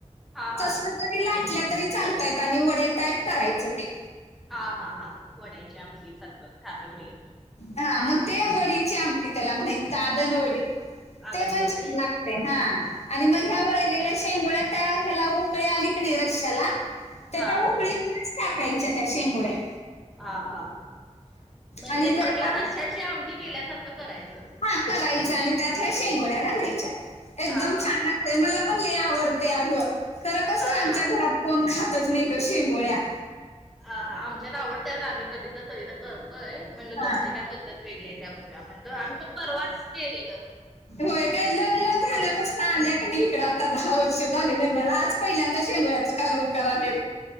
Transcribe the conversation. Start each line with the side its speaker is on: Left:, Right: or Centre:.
Centre: हा हा
Left: तसं ते लाटल्यां तरी चांलतायेतं आणि वडयां टाईप करायचं ते.
Centre: हां हां हां वड्यांचे आमटी सारखं खाबे वडी.
Left: हां मंग ते वडीची आमटी त्यांला म्हणायचं साधंन वडी.
Centre: आदनवडी
Left: ते पणं छान लागते हां
Centre: हा
Left: आणि मंग ह्या वळलेल्यां शेंगोळ्यां त्यां ह्यालां उकळी आली की नाहीं रश्यालां त्यांच्या
Centre: हा
Left: उकळी टांकायच्यां त्यां शेंगोळ्यां.
Centre: हां हां म्हणजे
Left: आणि जरा
Centre: थोडक्यां
Left: पान
Centre: रश्यांची आमटी केल्यांसारखं करायचं.
Left: हां करायचं आणि त्यांत ह्या शेंगोळ्यां घालायच्यां एकदंम
Centre: हा हा
Left: छान ते मलां पणं लंय आवडते अगं खरं कसं
Centre: हा
Left: आमच्यां घरांत कोणं खायचं नाहीं शेंगोळ्यां.
Centre: अ आमच्यांत आवडतं आम्हीं कधीं तरं कधीं तरं करतोयं म्हंणजे
Left: हा
Centre: तुमची कायं पद्धतं वेगळी आहे कायं बंघू. कायं म्हणतं आम्हीं पणं परवाचं केलेलं.
Left: होयं कायं लग्नं झाल्यांपासून आल्यां कां इकडं आतां दहा वर्ष झांले लग्नांला आंज पहिल्यांदा शेंगोळ्यां कांलवन करांले.